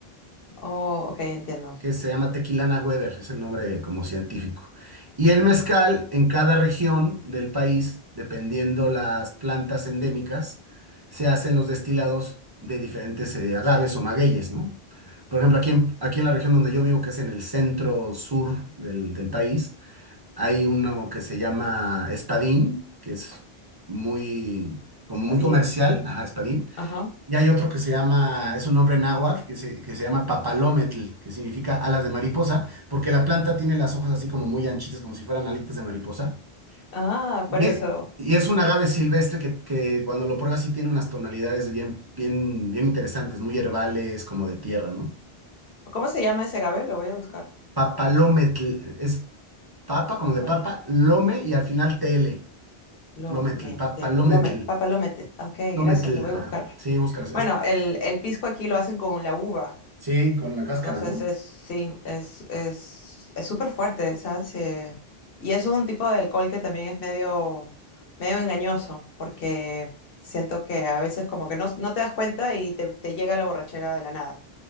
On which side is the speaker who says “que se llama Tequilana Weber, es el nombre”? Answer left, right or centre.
Right